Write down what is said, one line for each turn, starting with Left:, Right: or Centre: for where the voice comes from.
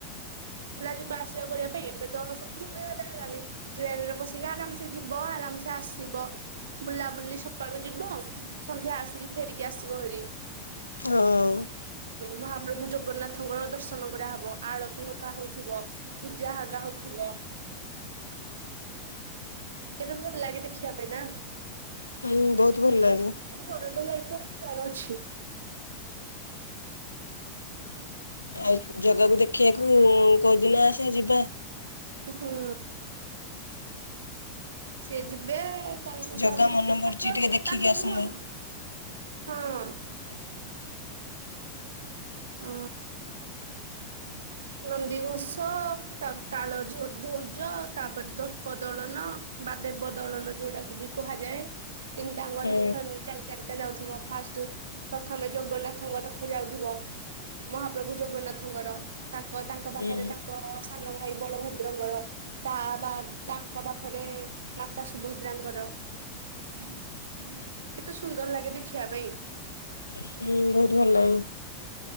Right: ଯିବା ଆସିବା କରିବା ପାଇଁ ଏବେ ତ ସବୁ ସୁବିଧା ହେଲାନି ଟ୍ରେନ ରେ ବସିକି ଆରାମସେ ଯିବ, ଆରାମସ ଆସିବ, ବୁଲାବୁଲି ସକାଳୁ ଯିବ ସନ୍ଧ୍ୟା ଆସିକି ଫେରିକି ଆସିବ ଭରି।
Left: ହଁ।
Right: ମହାପ୍ରଭୁ ଜଗନ୍ନାଥଙ୍କର ଦର୍ଶନ କରାହବ ଆଳତି ହରିକା ହଉଥିବ ପୂଜା ହକା ହଉଥିବ। କେତେ ଭଲ ଲାଗେ ଦେଖିବା ପାଇଁ ନା,
Left: ହୁଁ ବହୁତ ଭଲ ଲାଗେ।
Right: ଘରଟେ ଲାଗ ଅଛି।
Left: ଆଉ ଜଗାକୁ ଦେଖିବାକୁ କୋଉଦିିନ ଆସ ଯିବା?
Right: ହୁଁ। ସେ ଯିବେ ତାଙ୍କୁ
Left: ଜଗା
Right: ତାପରେ
Left: ମନେ ପଡୁଛି
Right: ତାଙ୍କ
Left: ଟିକେ ଦେଖିକି
Right: ତାଙ୍କ
Left: ଆସନ୍ତେ।
Right: ମୁହଁ ହଁ। ଓ। ନନ୍ଦିଘୋଷ ତାପରେ ତାଳ ଧୋ ଧର୍ଜ ତାପରେ ଧର୍ପ ଦଳନ। ବା ଦେବ ଦଳନ ଯଉଟାକୁ ବି କୁହାଯାଏ ତିନିଟାଙ୍ଗର
Left: ହଁ
Right: ଥଏ ମ ଚାରି ଚାରି ଯାଉଥିବ ଫାଷ୍ଟ ପ୍ରଥମେ ଜଗନ୍ନାଥଙ୍କ ରଥ ଯାଉଥିବ। ମହାପ୍ରଭୁ ଜଗନ୍ନାଥଙ୍କର ତାଙ୍କ ତାଙ୍କ ପାଖରେ
Left: ହୁଁ
Right: ତାଙ୍କ ସାନ ଭାଇ ବଳଭଦ୍ରଙ୍କର ତା ବା ତାଙ୍କ ପାଖରେ ମାତା ସୁଭଦ୍ରାଙ୍କର। କେତେ ସୁନ୍ଦର ଲାଗେ ଦେଖିବା ପାଇଁ।
Left: ହୁଁ ବହୁତ ଭଲ ଲାଗେ।